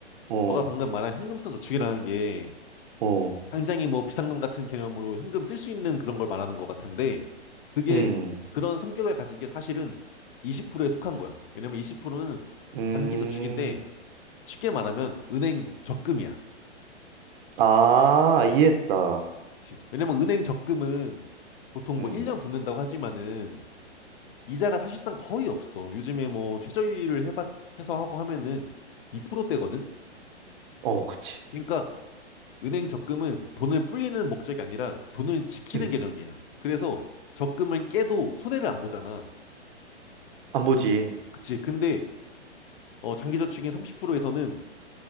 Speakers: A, on the right; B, on the left.
A: 어,
B: 너가 방금 말한 현금 쓰는 저축이라는 게
A: 어,
B: 당장에 뭐 비상금 같은 개념으로 현금 쓸 수 있는 그런 걸 말하는 것 같은데 그게
A: 음,
B: 그런 성격을 가진 게 사실은 20%에 속한 거야. 왜냐면 20%는
A: 음,
B: 단기 저축인데 쉽게 말하면 은행 적금이야.
A: 아,
B: 음,
A: 이해했다.
B: 그치. 왜냐면 은행 적금은 보통
A: 음,
B: 뭐 1년 붙는다고 하지만은 이자가 사실상 거의 없어. 요즘에 뭐 최저율을 해봐 해서 하고 하면은 2%대거든.
A: 어, 그치.
B: 그러니까 은행 적금은 돈을 불리는 목적이 아니라 돈을 지키는
A: 음,
B: 개념이야. 그래서 적금을 깨도 손해를 안 보잖아.
A: 안 보지.
B: 그치. 근데 어, 장기저축인 30%에서는